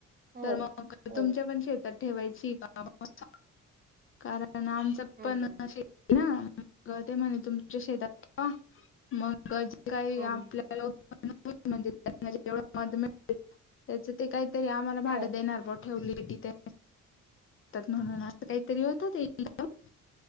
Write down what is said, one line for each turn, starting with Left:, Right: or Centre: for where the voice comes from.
Right: हो,
Left: तर मग
Right: हो.
Left: तुमच्या पण शेतात ठेवायची का मग? कारण आमच्यात
Right: हां,
Left: पण
Right: हां, हां.
Left: शेती- ना म ते म्हणे तुमच्या शेतात ठेवा मग. जे काही
Right: हां, हां,
Left: आपल्या
Right: हां.
Left: म्हणजे त्यांना जेवढं मध मिळेल. <inaudible> त्याचं ते काहीतरी आम्हाला भाडं
Right: हो,
Left: देणार. ठेवलीेतात म्हणून असं काहीतरी होतात. <unintelligible>